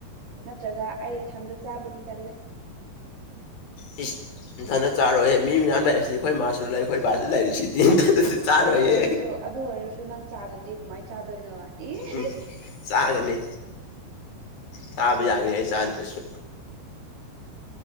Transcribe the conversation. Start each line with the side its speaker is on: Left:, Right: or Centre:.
Right: ꯅꯠꯇ꯭ꯔꯒ ꯑꯩ ꯏꯊꯟꯗ ꯆꯥꯕꯗꯤ ꯇꯜꯂꯦ
Left: ꯏꯁ ꯅꯊꯟꯗ ꯆꯥꯔꯣꯏ ꯃꯤ ꯃꯌꯥꯝ ꯂꯩꯏꯁꯤꯗꯤ ꯑꯩꯈꯣꯏ ꯃꯥꯁꯨ ꯂꯩ ꯈꯣꯏ ꯕꯥꯁꯨ ꯂꯩꯔꯤꯁꯤꯗꯤ ꯅꯊꯟꯗꯗꯤ ꯆꯥꯔꯣꯏꯌꯦ
Right: ꯑꯗꯨ ꯑꯣꯏꯔꯁꯨ ꯑꯗꯨ ꯑꯣꯏꯔꯁꯨ ꯅꯪ ꯆꯥꯗ꯭ꯔꯗꯤ ꯀꯃꯥꯏꯟ ꯆꯥꯗꯣꯏꯅꯣ ꯏꯁ
Left: ꯎꯝ ꯆꯥꯒꯅꯤ ꯆꯥꯕ
Right: ꯑꯗꯨꯅꯦ
Left: ꯌꯥꯒꯅꯤ ꯑꯩ ꯆꯥꯗ꯭ꯔꯁꯨ